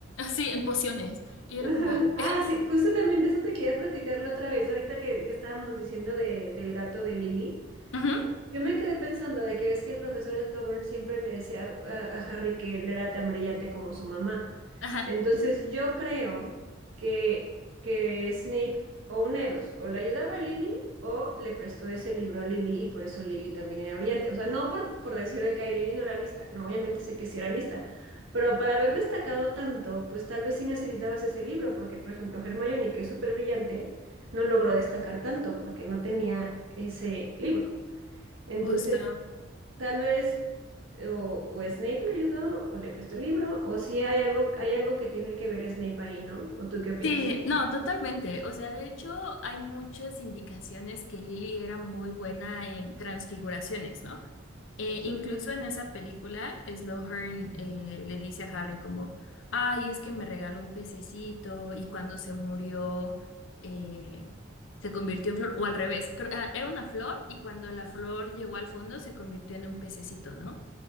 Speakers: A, on the left; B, on the right.
A: Sí, en pociones. Y
B: <laughs>
A: era como,
B: Ah,
A: eh,
B: sí, justo también de eso te quería platicar la otra vez, ahorita que, que estábamos diciendo de, del gato de Lily.
A: ujú,
B: Yo me quedé pensando de que ves que el profesor Slughorn siempre le decía a, a Harry que él era tan brillante como su mamá.
A: ajá,
B: Entonces yo creo que, que Snape o una de dos, o le ayudaba a Lily o le prestó ese libro a Lily y por eso Lily también era brillante. O sea, no por, por decir de que ay, Lily no era lista, no, obviamente sé que sí era lista, pero para haber destacado tanto, pues tal vez sí necesitabas ese libro, porque por ejemplo Hermione, que es súper brillante, no logró destacar tanto porque no tenía ese libro. Entonces,
A: justo.
B: tal vez eh, o, o Snape le ayudó o le prestó el libro o si hay algo, hay algo que tiene que ver Snape ahí, ¿no? ¿O tú qué opinas?
A: Sí, no, totalmente. O sea, de hecho, hay muchas indicaciones que Lily era muy buena en transfiguraciones, ¿no? Eh, incluso
B: Ujú,
A: en esa película, Slughorn eh, le dice a Harry como, ay, es que me regaló un pececito y cuando se murió eh, se convirtió en flor, o al revés, creo- ah, era una flor y cuando la flor llegó al fondo se convirtió en un pececito, ¿no?